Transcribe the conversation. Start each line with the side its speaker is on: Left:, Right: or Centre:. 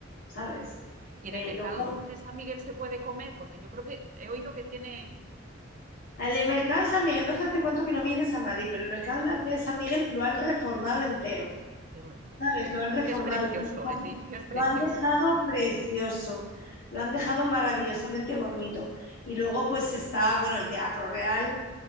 Left: ¿sabes?
Right: Y
Left: Eh,
Right: en el mercado
Left: luego-
Right: de San Miguel se puede comer, porque yo creo que he oído que tiene.
Left: El mercado de San Miguel, no sé hace cuánto que no vienes a Madrid, pero el mercado de San Miguel lo han reformado entero,
Right: Qué bonito.
Left: ¿sabes? Lo han reformado,
Right: Es que es precioso,
Left: lo han
Right: ese
Left: dejado,
Right: edificio es precioso.
Left: lo han dejado precioso, lo han dejado maravillosamente bonito. Y luego pues está, bueno, el Teatro Real